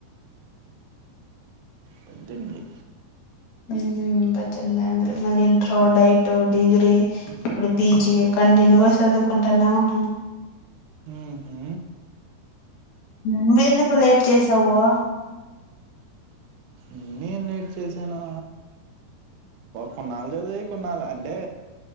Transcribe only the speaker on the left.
మ్మ్ హు పజ్జెనిమిది మళ్ళీ ఇంట్ర్ డైట్ డిగ్రీ ఇప్పుడు పీజీ కంటిన్యూగా చదువుకుంటాన్న ఉన్నాను.
నువ్వెందుకు లేట్ చేసావూ